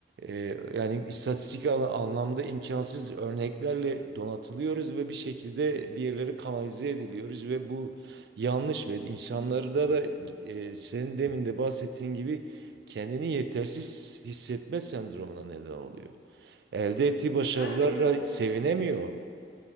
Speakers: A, on the right (about 65°); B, on the left (about 65°).
A: e, yani istatistik al- anlamda imkansız örneklerle donatılıyoruz ve bir şekilde bir yerlere kanalize ediliyoruz ve bu yanlış ve insanları
B: Biz-
A: da da e, senin demin de bahsettiğin gibi kendini yetersiz hissetme sendromuna neden oluyor. Elde ettiği başarılara
B: Hem yetersiz
A: sevinemiyor.
B: hisset,